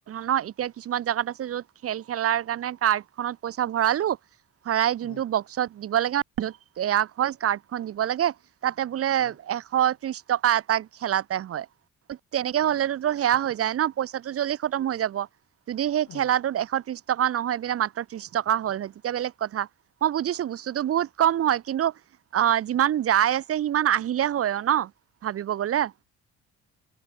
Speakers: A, on the right; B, on the left.
A: নহয় এতিয়া কিছুমান জাগাত আছে যত খেল খেলাৰ কাৰণে কাৰ্ড খনত পইচা ভৰালো ভৰাই যোনটো
B: উম
A: বক্সত দিব লাগে <unintelligible> য'ত <unintelligible> কাৰ্ডখন দিব লাগে তাতে বোলে
B: উম
A: এশ ত্ৰিশ টকা এটা খেলাতে হয়। ত তেনেকে
B: উম
A: হলেতোতো সেয়া হৈ যায় ন' পইচাটো জল্দি খতম হৈ যাব, যদি সেই
B: উম
A: খেলাটোত এশ ত্ৰিশ টকা নহয় <unintelligible> মাত্ৰ ত্ৰিশ টকা হ'ল হয় তেতিয়া বেলেগ কথা, মই বুজিছো বস্তুটো বহুত কম হয় কিন্তু অ, যিমান যাই আছে সিমান আহিলে হয় অ ন ' ভাবিব গলে।